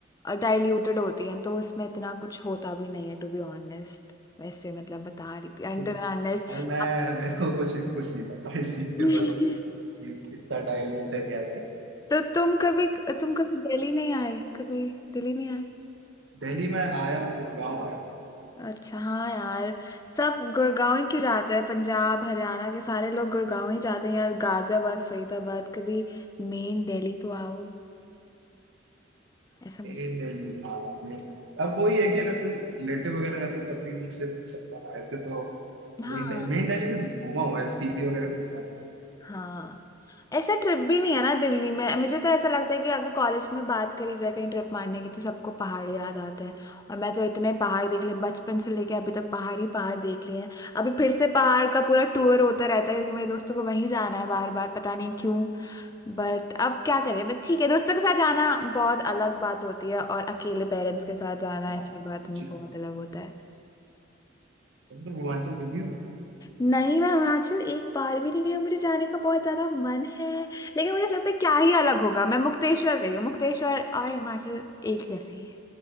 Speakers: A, on the left; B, on the right.
A: डाइल्यूटेड होती हैं तो उसमें इतना कुछ होता भी नहीं है टू बी ऑनेस्ट वैसे मतलब बता रही थी अंटर
B: कुछ
A: अनलेस
B: भाई मैं
A: आप
B: मेरे को कुछ कुछ नहीं पता इस चीज
A: <laughs>
B: के बारे में कि कितना डाइल्यूट है क्या सीन
A: तो तुम कभी तुम कभी दिल्ली नहीं आए कभी दिल्ली नहीं आए
B: दिल्ली में आया हूँ गुड़गांव आया हूँ
A: अच्छा हाँ यार सब गुड़गांव ही क्यों जाते हैं पंजाब हरियाणा के सारे लोग गुड़गांव ही जाते हैं यार गाजियाबाद फरीदाबाद कभी मेन दिल्ली तो आओ ऐसा मुझे
B: मेन दिल्ली हाँ मेन दिल्ली अब वही है कि अगर कोई रिलेटिव वगैरह रहता तब भी उनसे मिल सकता हूँ ना ऐसे तो
A: हाँ
B: मेन दिल्ली मेन दिल्ली भी घूमा हूँ ऐसे सीपी वगैरह घूमा हूँ
A: हाँ ऐसा ट्रिप भी नहीं है ना दिल्ली में मुझे तो ऐसा लगता है कि अगर कॉलेज में बात करी जाए कहीं ट्रिप मारने की तो सबको पहाड़ याद आते हैं और मैं तो इतने पहाड़ देख लिए बचपन से लेके अभी तक पहाड़ ही पहाड़ देख लिए हैं अभी फिर से पहाड़ का पूरा टूर होता रहता है क्योंकि मेरे दोस्तों को वहीं जाना है बार बार पता नहीं क्यों बट अब क्या करें बट ठीक है दोस्तों के साथ जाना बहुत अलग बात होती है और अकेले पेरेंट्स के साथ जाना
B: हाँ,
A: ऐसी बात
B: कुछ
A: में
B: चीज़-
A: बहुत अलग होता है
B: वैसे तो पूर्वांचल घूमी हूँ
A: नहीं मैं हिमाचल एक बार भी नहीं गई हूँ मुझे जाने का बहुत ज्यादा मन है लेकिन मुझे ऐसा लगता है क्या ही अलग होगा मैं मुक्तेश्वर गई हूँ मुक्तेश्वर और हिमाचल एक जैसे ही है